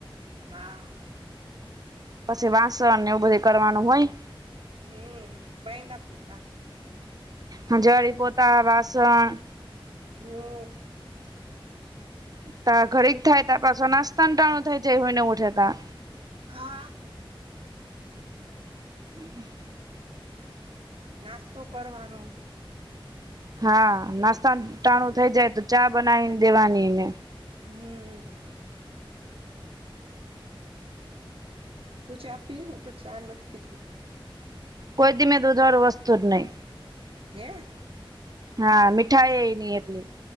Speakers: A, on the right; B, on the right.
A: આ.
B: પસી વાસણને એવુ બધ કરવાનુ હોંય.
A: હમ્મ, બાંયધા પોતા.
B: હંઝાળી, પોતા, વાસણ...
A: હમ્મ.
B: તા ઘડીક થાય તા પાસો નાસ્તા‌ન ટામ થઈ જાય, હુઈ ને ઉઠે તા.
A: હા.
B: <inaudible>
A: નાસ્તો કરવાનો.
B: હા, નાસ્તાન ટાણું થઈ જાય તો, ચા બનાવીન દેવાની ને.
A: અમ્મહ. હમ્મ. તું ચા પી? હુતો ચા નથ પીતી.
B: કોઈ ધીમે દૂધવારુ વસ્તુ જ નઈ.
A: હે!
B: હા, મીઠાઈ એ નઈ એટલી.